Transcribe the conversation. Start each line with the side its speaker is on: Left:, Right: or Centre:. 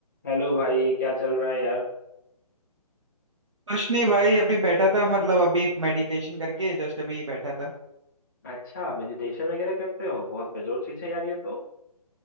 Left: Hello भाई क्या चल रहा है यार
Right: कुछ नहीं भाई अभी बैठा था मतलब अभी मेडिटेशन करके जस्ट अभी बैठा था
Left: अच्छा मेडिटेशन वगैरह करते हो बहुत बेजोर चीज है यार ये तो